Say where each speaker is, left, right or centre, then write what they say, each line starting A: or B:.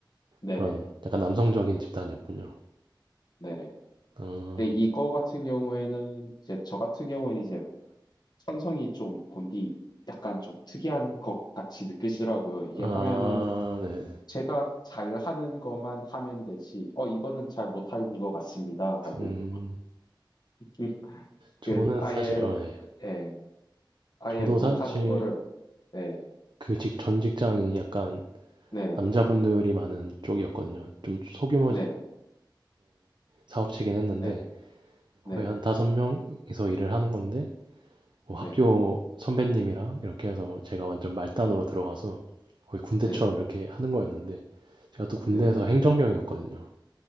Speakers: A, on the left (about 55°); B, on the right (about 65°).
A: 네네,
B: 그런 약간 남성적인 집단이었군요.
A: 네네.
B: 어,
A: 근데 이거 같은 경우에는 이제 저 같은 경우는 이제 천성이 좀 본디 약간 좀 특이한 것 같이 느껴지더라고요. 이게
B: 아,
A: 하면은
B: 네. 네.
A: 제가 잘 하는 것만 하면 되지. 어, 이거는 잘 못하는 것 같습니다. 하고
B: 음,
A: 음,
B: 저는
A: 그 아예
B: 사실, 어, 네.
A: 예, 아예
B: 저도
A: 못하는
B: 사실
A: 거를 예,
B: 그 직, 전 직장이 약간
A: 네네
B: 남자분들이 많은 쪽이었거든요. 좀 소규모의
A: 네네
B: 사업체긴 했는데
A: 네네
B: 거의
A: 네네
B: 한 다섯 명이서 일을 하는 건데 뭐 학교
A: 네네
B: 선배님이랑 이렇게 해서 제가 완전 말단으로 들어가서 거의 군대처럼
A: 네네
B: 이렇게 하는 거였는데 제가 또 군대에서
A: 네네
B: 행정병이었거든요.